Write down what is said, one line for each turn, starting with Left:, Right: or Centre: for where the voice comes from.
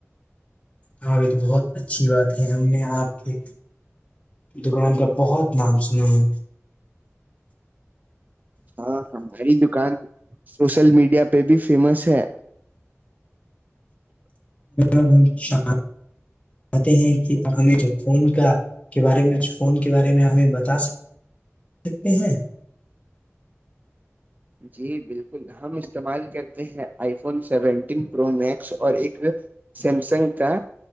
Left: ہاں یہ تو بہت اچھی بات ہے ہم نے آپ کے دکان کا بہت نام سنا ہے
Right: ہاں ہماری دکان سوشل میڈیا پہ بھی فیمس ہے
Left: اب ہم چتے ہیں کہ ہمیں جو فون کا کے بارے میںھ فون کے بارے میں ہمیں بتا سکتے ہیں
Right: جی بالکل ہم استعمال کرتے ہیں iPhone seventeen pro max اور ایک سیمسنگ کا